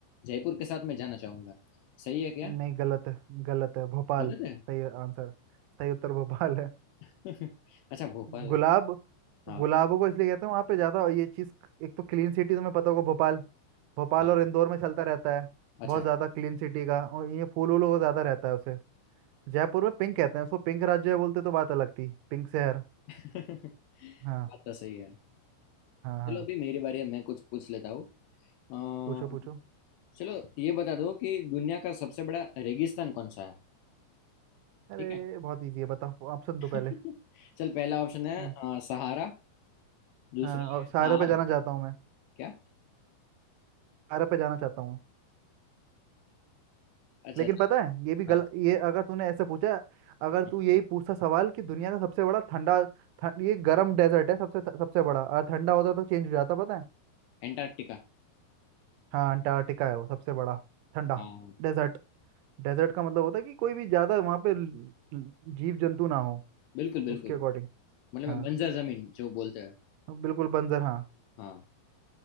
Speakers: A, on the left (about 75°); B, on the right (about 85°).
A: जयपुर के साथ मैं जाना चाहूंगा सही है क्या
B: नहीं गलत है गलत है भोपाल
A: गलत
B: सही
A: है
B: आंसर सही उत्तर भोपाल है
A: <laughs> अच्छा भोपाल
B: गुलाब
A: है हाँ
B: गुलाबों को इसलिए कहते हैं वहां पे ज्यादा ये चीज एक तो क्लीन सिटी तुम्हें पता होगा भोपाल भोपाल
A: हाँ
B: और इंदौर में चलता रहता है
A: अच्छा
B: बहुत
A: है।
B: ज्यादा क्लीन सिटी का और ये फूल वूलों का ज्यादा रहता है उसे जयपुर में पिंक कहते हैं उसको पिंक राज्य बोलते तो बात अलग थी पिंक शहर
A: <laughs> बात
B: हाँ
A: तो सही है
B: हाँ हाँ
A: चलो अभी मेरी बारी है मैं कुछ पूछ लेता हूँ अ,
B: पूछो पूछो
A: चलो ये बता दो कि दुनिया का सबसे बड़ा रेगिस्तान कौन सा है
B: अरे
A: ठीक है
B: बहुत इजी है बताओ ऑप्शन
A: <laughs>
B: दो पहले
A: चल पहला ऑप्शन है
B: हम्म
A: अ, सहारा दूसरा
B: हाँ और
A: है
B: शायरा
A: थार
B: पे जाना चाहता हूँ मैं
A: क्या
B: अरब पे जाना चाहता हूँ
A: अच्छा
B: लेकिन
A: अच्छा
B: पता है ये भी गलत
A: हाँ
B: ये अगर तूने ऐसे पूछा अगर
A: हाँ,
B: तू यही पूछता सवाल कि दुनिया का सबसे बड़ा ठंडा ठ- ये गर्म डेजर्ट है सबसे सबसे बड़ा अगर ठंडा होता तो चेंज हो जाता पता है
A: एंटार्क्टिका
B: हाँ अंटार्कटिका है वो सबसे बड़ा ठंडा
A: हाँ
B: डेजर्ट डेजर्ट का मतलब होता है कि कोई भी ज्यादा वहाँ पे ल- ल- जीव जंतु ना हो
A: बिल्कुल बिल्कुल
B: तो उसके अकॉर्डिंग
A: मतलब
B: हाँ
A: मैं बंजर जमीन जो बोलते हैं
B: बिल्कुल बंजर हाँ
A: हाँ